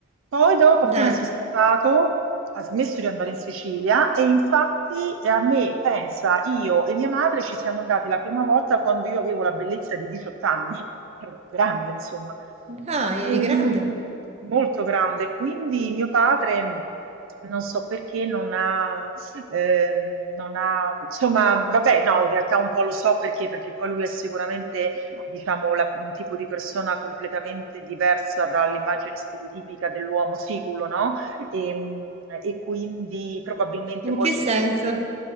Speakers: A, on the right; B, on the right.
A: Poi dopo, appena
B: Dai,
A: si è sposato, ha smesso di andare in Sicilia e infatti eh, a me, pensa, io e mia madre ci siamo andati la prima volta quando io avevo la bellezza di 18 anni, <laughs> ero grande, insomma,
B: dai,
A: Ehm,
B: eri grande.
A: molto grande. Quindi mio padre, non so perché, non ha ehm, non ha, insomma, vabbè, no, in realtà un po' lo so perché, perché poi lui è sicuramente, diciamo, la- un tipo di persona completamente diversa dall'immagine stereotipica dell'uomo siculo, no? E, mm, e quindi probabilmente
B: In
A: poi
B: che
A: ci
B: senso?
A: sono tutti